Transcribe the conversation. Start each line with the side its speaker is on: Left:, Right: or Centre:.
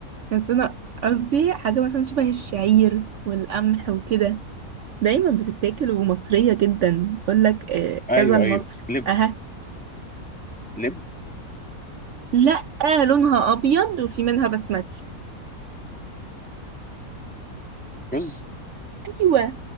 Right: بس انا قصدي حاجة مثلا شبه الشعير والقمح وكده دايما بتتاكل ومصرية جدا يقولك آه،
Centre: ايوه
Right: كذا المصري
Centre: ايوه لب
Right: اها
Centre: لب
Right: لا لونها ابيض وفي منها بسمتي
Centre: رز
Right: ايوه